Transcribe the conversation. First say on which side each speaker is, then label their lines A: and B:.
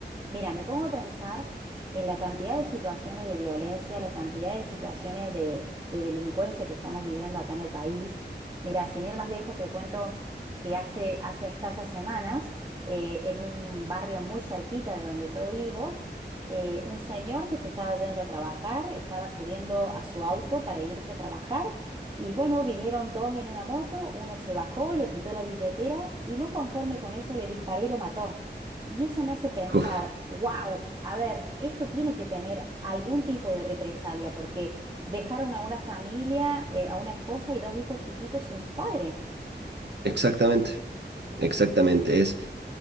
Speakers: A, on the right; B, on the right.
A: mira, me pongo a pensar en la cantidad de situaciones de violencia, la cantidad de situaciones de, de delincuencia que estamos viviendo acá en el país. Mira, sin ir más lejos, te cuento que hace, hace escasas semanas, eh, en un barrio muy cerquita de donde yo vivo, eh, un señor que se estaba yendo a trabajar, estaba subiendo a su auto para irse a trabajar. Y bueno, vinieron dos en una moto, uno se bajó, le quitó la billetera y no conforme con eso le disparó y lo mató. Y eso me hace pensar,
B: Uf,
A: wow, a ver, esto tiene que tener algún tipo de represalia, porque dejaron a una familia, eh, a una esposa y dos hijos chiquitos sin su padre.
B: exactamente. Exactamente, es,